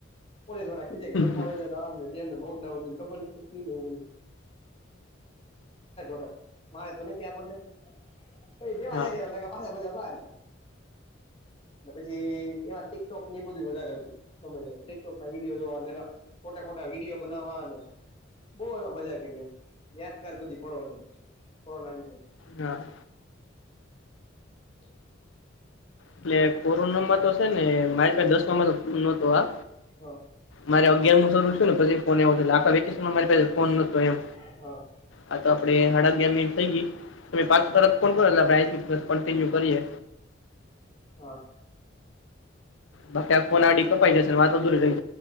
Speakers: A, on the left; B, on the left.
A: પોલીસ વાળા ી જાય કે ઘરમાં
B: હમ
A: આવે જાય આમ ને કે લોકડાઉન ને ખબર નથી પડતી એવું બધું, ન <unintelligible> જનકે આપને, એ જેવા
B: હા
A: જાય કે પાછા બધા બાર. અને પછી એ ટીકટોક ને એ બઘુ વધારે હતું, સમજ ટીકટોક ના વિડીયોને એ <unintelligible> ખોટા ખોટા વિડીયો બનાવાનું, બહુ એમા મજા કીધી એમ, યાદગાર બધી ફળો છે. હો નાની
B: હા
A: <inaudible>
B: એટલે કોરોના માં તો છે ને, મારી પાસે દસમામાં તો કોણ નતો આ
A: હા
B: મારે અગિયારમું શરુ થયું પછી ફોન આવ્યો આખા વેકેશનમાં મારી પાસે ફોન નતો એમ
A: હા
B: આ તો આપડે હાડા અગિયાર મિનિટ થઈ ગઈ તમે પાછું તરત ફોન કરો એટલે આપણે આયથી કન્ટિન્યુ કરીએ
A: હા
B: બાકી આ ફોન આડી કપાઈ જશે વાત અધૂરી રહી જશે.